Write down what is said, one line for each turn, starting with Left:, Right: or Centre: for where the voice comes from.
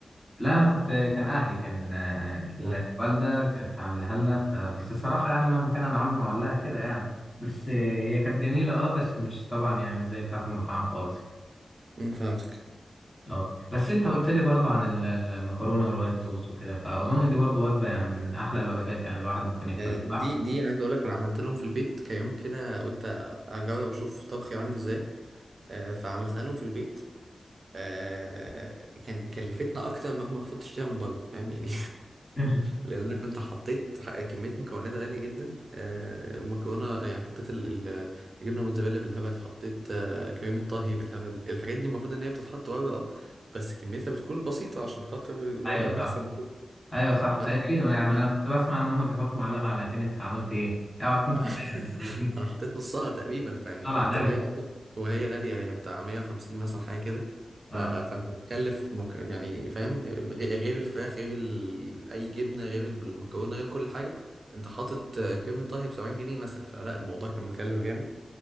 Centre: لا انا كنت كان اهلي كان آه، الوالده
Right: آه.
Centre: كانت عاملاها لنا فبس الصراحه يعني مهما كان انا عمري ما اقول لها كده يعني بس آه، هي كانت جميله اه بس مش طبعا يعني مش زي بتاعه المطاعم خالص
Right: امم فهمتك
Centre: اه بس انت قلت لي برضو عن ال- المكرونه والوايت صوص وكده فاظن دي برضو وجبه يعني من احلى الوجبات يعني الواحد ممكن ياكلها
Right: يعني
Centre: صح
Right: دي دي عايز اقول لك انا عملت لهم في البيت كيوم كده قلت اجرب اشوف طبخي عامل ازاي آه، فعملتها لهم في البيت آه، كان كلفتنا اكتر مما المفروض تشتريها من بره فاهم يعني
Centre: <laughs>
Right: لان انا كنت حطيت ح- كميه مكونات غاليه جدا آه، ومكرونه يعني حطيت ال- ال- الجبنه موتزاريلا بالهبل حطيت آه، كريمه طهي بالهبل الحاجات دي المفروض ان هي بتتحط ورا اه بس كميتها بتكون بسيطه عشان خاطر برضه
Centre: ايوه صح
Right: المكسب وكده.
Centre: ايوه صح
Right: فانا
Centre: آه،
Right: حطيت-
Centre: ايوه يعني
Right: اه
Centre: انا كنت بسمع ان هم بيحطوا معلقه معلقتين انت عملت ايه؟ اوعى
Right: <laughs>
Centre: تكون كوبايه ولا كوبايتين
Right: انا حطيت نصها تقريبا فيعني
Centre: صلى
Right: كنت
Centre: على النبي
Right: وهي اصلا وهي غاليه هي بتاع 150 مثلا حاجه كده
Centre: اه
Right: ف... فانت بتكلف مك... يعني فاهم غ- غير الفراخ غير ال... اي جبنه غير المكرونه غير كل حاجه انت حاطط آه، كريمه طهي ب 70 جنيه مثلا فلا الموضوع كان مكلف جامد